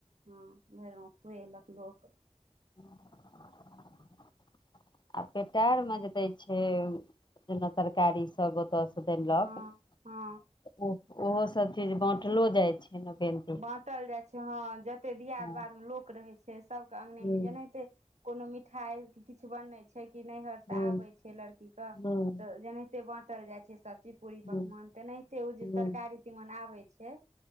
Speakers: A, on the right (about 70°); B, on the left (about 40°).
A: हँ भरि गांव खुएलक लोक।
B: आ आ पेटरीमे जे दै छैय जेना तरकारी सब ओतऽसँ देलक
A: हँ
B: ओ
A: हँ
B: ओहो सब चीज बटलो जाइ छैय ने फेर।
A: बाँटल जाइ छैय हँ जतेक दियाद
B: हँ
A: बादमे लोक रहै छैय सभके अङंगने
B: हूँ
A: अङ्गनी जेनाहिते कोनो मिठाइ किछु बनै छैय कि नैहरसँ
B: हूँ
A: आबै छैय लड़कीके
B: हूँ
A: तऽ जेना एते बाँंटल जाय छैय सब चीज पूरी
B: हूँ
A: पकमान तेनाहिते ओ
B: हूँ
A: जे तरकारी तीमन आबय छैय।